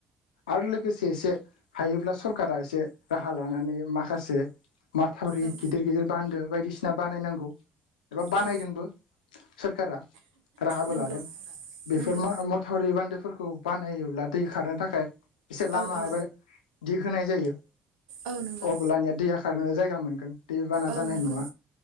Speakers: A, on the left; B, on the right.
A: आरो लोगोसे एसे हायोब्ला सरखारारा एसे राहा लानानै माखासे माथावरि
B: औ
A: गिदिर गिदिर बान्दो बायदिसिना बानायनांगौ एबा बानायदोंबो
B: औ
A: सोरखारा राहाबो
B: नंगौ
A: लादों बेफोर
B: नंगौ
A: मा मथावरि बान्दोफोरखौ बानहयोब्ला दै खारनो थाखाय एसे लामा
B: औ औ
A: एबा दि होनाय जायो
B: औ नंगौ
A: अब्ला आंनिया दैया खारनो जायगा मोनगोन दैबाना
B: औ
A: जानाय
B: नंगौ
A: नङा